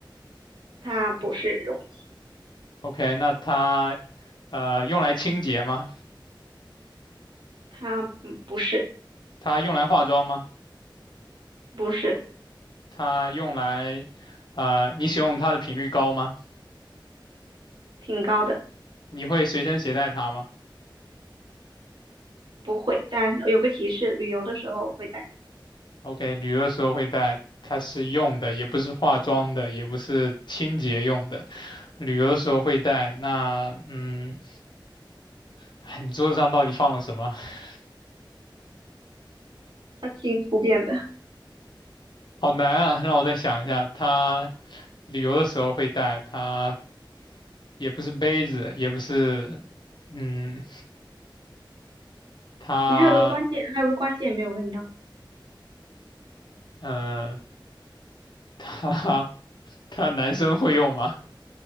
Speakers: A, on the right (about 65°); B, on the left (about 60°).
A: 它不是容器，
B: ？OK，那它呃用来清洁吗？
A: 它嗯不是
B: 它用来化妆吗？
A: 不是
B: 它用来，呃，你使用它的频率高吗？
A: 挺高的，
B: 你会随身携带它吗
A: 不会。但有个提示，旅游的时候会带，
B: ？OK，旅游的时候会带，它是用的，也不是化妆的，也不是清洁用的，旅游的时候会带。那嗯，哎你桌子上到底放了什么？<laughs>
A: 它挺普遍的。
B: 好难啊，让我再想一下，它旅游的时候会带它。也不是杯子，也不是，嗯，他，
A: 你还有个关键，还有个关键没有问到，
B: 呃，他，<laughs> 他男生会用吗